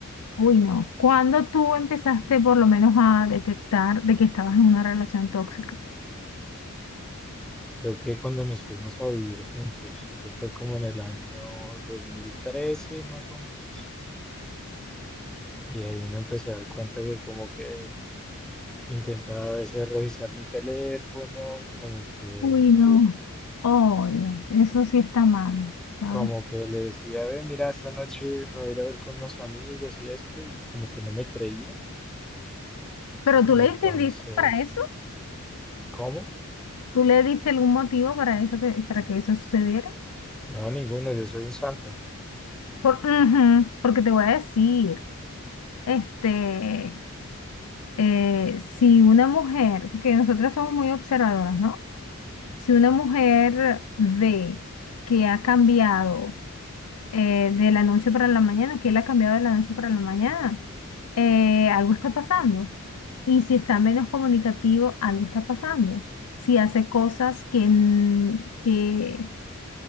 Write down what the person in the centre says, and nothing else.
Creo que cuando nos fuimos a vivir juntos, eso fue como en el año 2013 más o menos, y ahí me empecé a dar cuenta que como que intentaba a veces revisar mi teléfono, como que
Como que le decía, ve, mira, esta noche me voy a ir a ver con unos amigos y esto, y como que no me creía.
Y
entonces,
¿cómo?
No, ninguno, yo soy un santo.